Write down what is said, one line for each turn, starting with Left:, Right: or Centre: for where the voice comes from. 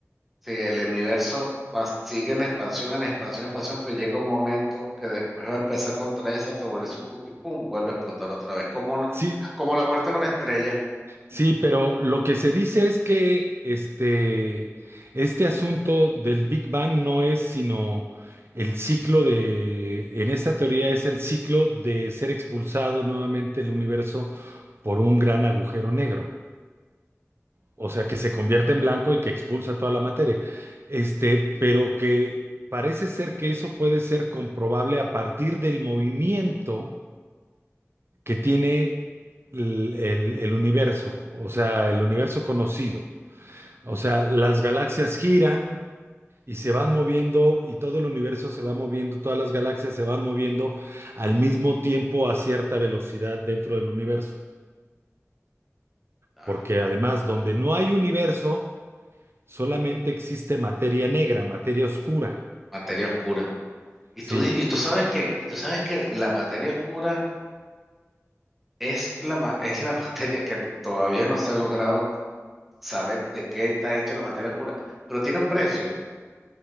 Centre: si el universo va- sigue en expansión, en expansión, en expansión, pero llega un momento que después va a empezar a contraerse hasta volverse un punto y pum, vuelve a explotar otra vez, como, una-
Right: Sí,
Centre: como la muerte de una estrella,
Right: sí, pero lo que se dice es que este, este asunto del Big Bang no es sino el ciclo de, en esta teoría es el ciclo de ser expulsado nuevamente el universo por un gran agujero negro. O sea, que se convierte en blanco y que expulsa toda la materia. Este, pero que parece ser que eso puede ser comprobable a partir del movimiento que tiene el, el- el universo, o sea, el universo conocido. O sea, las galaxias giran y se van moviendo y todo el universo se va moviendo, todas las galaxias se van moviendo al mismo tiempo a cierta velocidad dentro del universo.
Centre: claro,
Right: Porque además, donde no hay universo, solamente existe materia negra, materia oscura.
Centre: materia oscura. Y
Right: Sí,
Centre: tú, di- y tú sabes que, y tú sabes que la materia oscura es la, ma- es la <laughs> materia que todavía no se ha logrado saber de qué está hecha la materia oscura, pero tiene un precio.